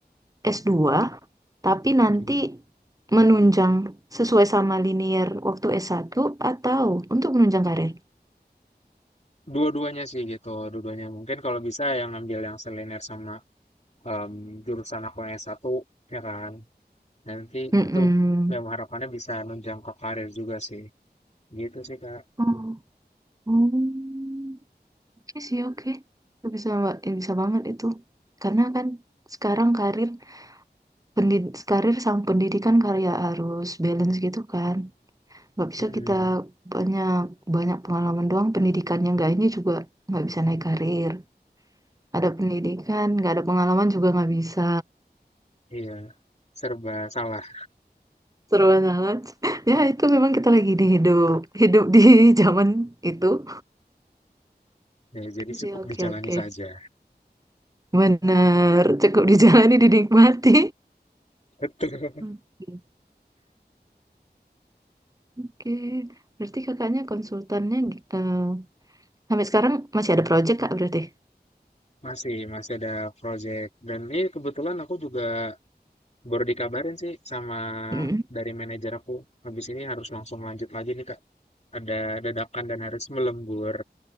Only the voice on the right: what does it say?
s dua, tapi nanti
menunjang sesuai sama linear waktu s satu atau untuk menunjang karir.
Mm-mm.
Oh, oh. Oke sih, oke. Itu bisa, mbak, eh, bisa banget itu. Karena kan sekarang karir pendid- karir sama pendidikan karya harus balance gitu kan. Nggak bisa
kita banyak banyak pengalaman doang pendidikannya nggak ini juga nggak bisa naik karir. ada pendidikan, nggak ada pengalaman juga nggak bisa.
Seru banget. <laughs> Ya, itu memang kita lagi di hidup, hidup di <laughs> zaman itu.
Oke sih,
oke,
oke.
benar, cukup dijalani, dinikmati.
Oke, oke. Berarti kakaknya konsultannya eh, sampai sekarang masih ada project, Kak, berarti?
Mm.